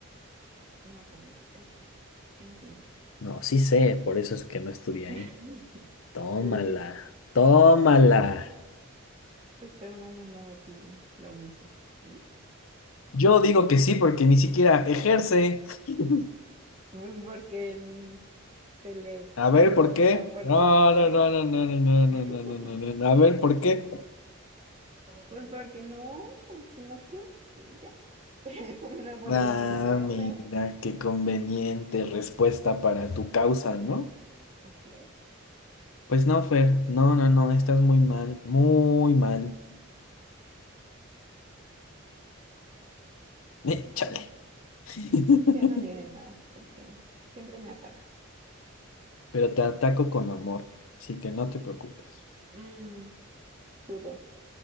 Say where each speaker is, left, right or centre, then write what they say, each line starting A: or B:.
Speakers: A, on the right; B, on the left.
A: no sabes lo que es bueno. En fin.
B: No, sí sé, por eso es que no estudié
A: <laughs>
B: ahí. Tómala,
A: Uy,
B: tómala.
A: pues tu hermano no opina lo mismo. ¿no?
B: Yo digo que sí porque ni siquiera ejerce. <laughs>
A: Pues porque él se le
B: A
A: pasó
B: ver, ¿por
A: otra
B: qué?
A: oportunidad.
B: No, no, no, no, no, no, no, no,
A: <laughs>
B: no, no, no, no, no. A ver, ¿por qué?
A: Pues porque no, porque no quiere y ya. <laughs> No porque
B: Ah,
A: no sea buena.
B: mira, qué conveniente respuesta para tu causa, ¿no?
A: Así es.
B: Pues no, Fer, no, no, no, estás muy mal, muy mal.
A: Vale,
B: Eh,
A: está
B: chale.
A: bien.
B: <laughs>
A: Ya no diré nada porque siempre me atacas.
B: Pero te ataco con amor, Fer, así que no te preocupes.
A: Mm, dudo.